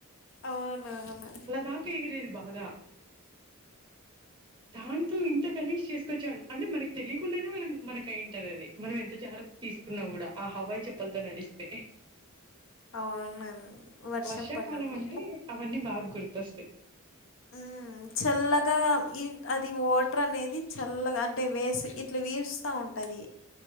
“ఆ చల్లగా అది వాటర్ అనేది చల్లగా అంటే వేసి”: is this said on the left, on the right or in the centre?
Left